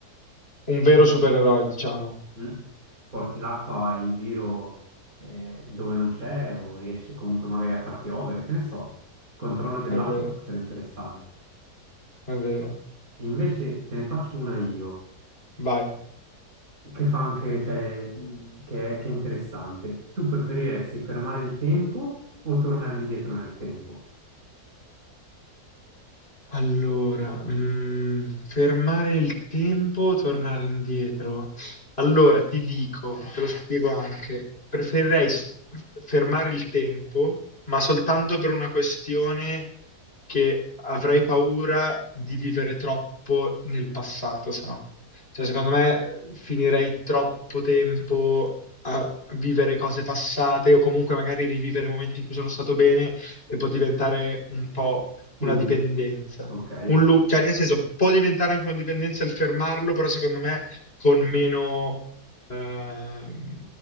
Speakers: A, on the left; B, on the right.
A: Un vero supereroe, diciamo,
B: Mm. Porti l'acqua in giro eh, dove non c'è o riesci comunque magari a far piovere, che ne so. Il controllo dell'acqua
A: è vero,
B: può essere interessante.
A: è vero.
B: E invece te ne faccio una io,
A: Vai.
B: che fa anche, cioè, mm, che è, che è interessante. Tu preferiresti fermare il tempo o tornare indietro nel tempo?
A: Allora, mm, fermare il tempo, tornare indietro. Allora, ti dico, te lo spiego anche, preferirei s- fermare il tempo, ma soltanto per una questione che avrei paura di vivere troppo nel passato, se no. Cioè, secondo me eh, finirei troppo tempo a vivere cose passate o comunque magari rivivere momenti in cui sono stato bene e può diventare un po' una
B: Un
A: dipendenza.
B: loop. Ok,
A: Un loop, cioè nel senso può diventare anche una dipendenza il fermarlo, però secondo me con meno, ehm,